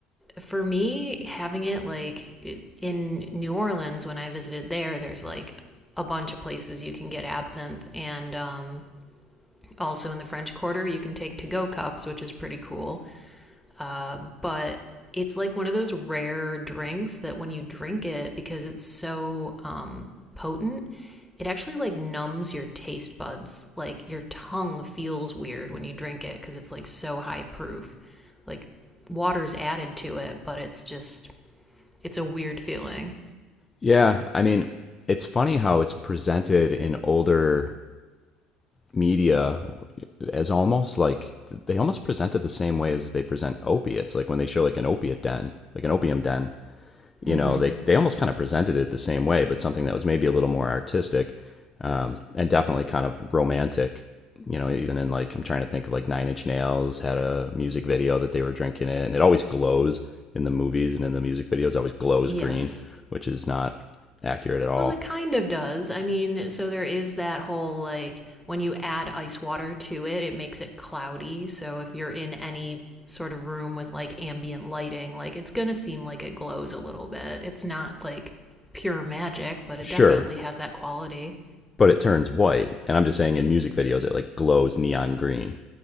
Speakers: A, in the centre; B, on the left (about 25°).
A: for me having it like in New Orleans when I visited there there's like a bunch of places you can get absinthe and um also in the French Quarter you can take to go cups which is pretty cool uh, but it's like one of those rare drinks that when you drink it, because it's so um, potent, it actually like numbs your taste buds. Like your tongue feels weird when you drink it because it's like so high proof. Like water's added to it, but it's just, it's a weird feeling.
B: Yeah, I mean, it's funny how it's presented in older media as almost like they almost present it the same way as they present opiates like when they show like an opiate den like an opium den you
A: Mm
B: know,
A: hmm.
B: they they almost kind of presented it the same way, but something that was maybe a little more artistic, um, and definitely kind of romantic. You know, even in like I'm trying to think of like Nine Inch Nails had a music video that they were drinking in. It always glows in the movies and in the music videos. Always glows
A: Yes.
B: green, which is not accurate at all.
A: Well, it kind of does. I mean, so there is that whole like when you add ice water to it, it makes it cloudy. So if you're in any sort of room with like ambient lighting, like it's going to seem like it glows a little bit. It's not like pure magic, but
B: Sure,
A: it definitely has that quality.
B: but it turns white, and I'm just saying in music videos it like glows neon green.